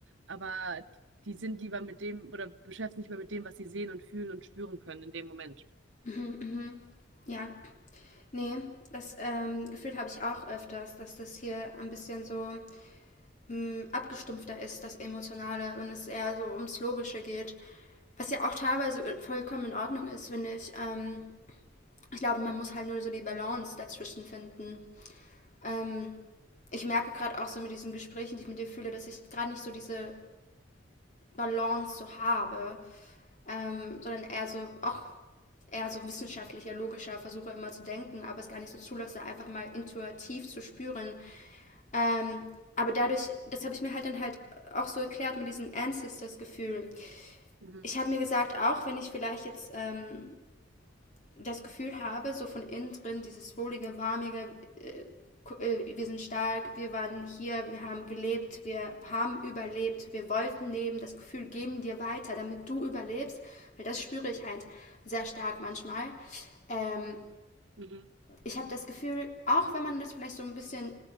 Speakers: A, on the right; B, on the left.
A: aber die sind lieber mit dem oder beschäftigen sich lieber mit dem, was sie sehen und fühlen und spüren können in dem Moment.
B: Mhm, mhm. Ja, Ne, das ähm, Gefühl habe ich auch öfters, dass das hier ein bisschen so hm, abgestumpfter ist, das Emotionale, und es eher so ums Logische geht. Was ja auch teilweise äh, vollkommen in Ordnung ist, finde ich. Ähm, ich glaube, man muss halt nur so die Balance dazwischen finden. Ähm, ich merke gerade auch so mit diesen Gesprächen, die ich mit dir fühle, dass ich gerade nicht so diese Balance so habe, ähm, sondern eher so, auch eher so wissenschaftlicher, logischer versuche immer zu denken, aber es gar nicht so zulasse, einfach mal intuitiv zu spüren, Ähm, aber dadurch, das habe ich mir halt dann halt auch so erklärt mit diesem Ancestors-Gefühl.
A: Mhm.
B: Ich habe mir gesagt, auch wenn ich vielleicht jetzt ähm, das Gefühl habe, so von innen drin, dieses wohlige, warmige, äh, wir sind stark, wir waren hier, wir haben gelebt, wir haben überlebt, wir wollten leben, das Gefühl geben dir weiter, damit du überlebst, weil das spüre ich halt sehr stark manchmal. Ähm,
A: Mhm.
B: ich habe das Gefühl, auch wenn man das vielleicht so ein bisschen